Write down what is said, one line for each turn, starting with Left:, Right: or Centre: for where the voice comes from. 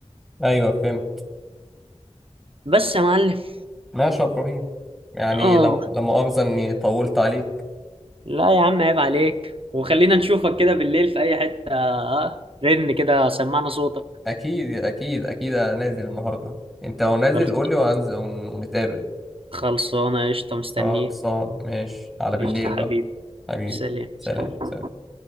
Centre: ايوه فهمت
Right: بس يا معلم
Centre: ماشي يا ابراهيم يعني
Right: اه
Centre: لو لا مؤاخذه اني طولت عليك
Right: لا يا عم عيب عليك وخلينا نشوفك كده بالليل في اي حته آه، رن كده سمعنا صوتك
Centre: اكيد اكيد اكيد انا نازل النهارده انت لو نازل
Right: خلص
Centre: قول لي وهنزل ون- ونتقابل
Right: خلصانه قشطه مستنيك
Centre: خلصان ماشي على بالليل
Right: قشطه
Centre: بقى
Right: حبيبي
Centre: حبيبي
Right: سلام
Centre: سلام
Right: سلام
Centre: سلام